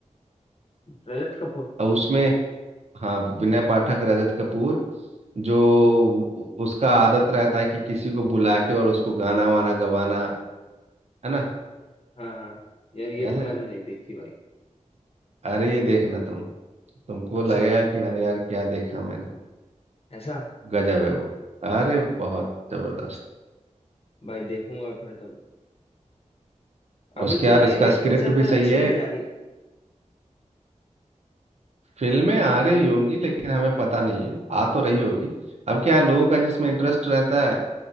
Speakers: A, on the left; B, on the right.
A: रजत कपूर
B: और उसमें हाँ विनय पाठक रजत कपूर जो उ- उसका आदत रहता है कि किसी को बुला के और उसको गाना वाना गवाना है ना
A: हाँ हाँ यार ये
B: याद
A: तो
B: है
A: मैंने नहीं देखी भाई
B: अरे ये देखना तुम तुमको
A: अच्छा
B: लगेगा कि अरे यार क्या देखा मैंने
A: ऐसा
B: गजब है वो अरे बहुत जबरदस्त
A: भाई देखूंगा फिर तो मैं अभी
B: उसका
A: तो नई
B: उसका
A: नई
B: स्क्रिप्ट
A: पिक्चर
B: भी
A: तो अच्छी
B: सही है
A: नहीं आ रही
B: फिल्में आ रही होंगी लेकिन हमें पता नहीं है आ तो रही होगी अब क्या है, लोगों का जिसमें इंटरेस्ट रहता है